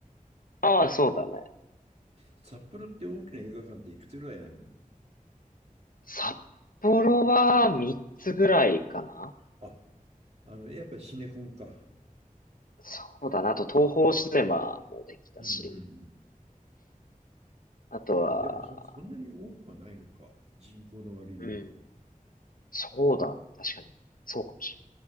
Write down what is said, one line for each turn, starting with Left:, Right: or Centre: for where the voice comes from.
Left: ああ、そうだね。
Right: 札幌って大きな映画館っていくつぐらいあるの
Left: 札幌は3つぐらいかな
Right: あ、あの、やっぱりシネコンか。
Left: そうだな。あと東宝シネマもできたし。
Right: うんうん
Left: あとは、
Right: うん。あ、でもそ、そんなに多くはないのか。人口の割には。
Left: うん。そうだね。確かに。そうかもし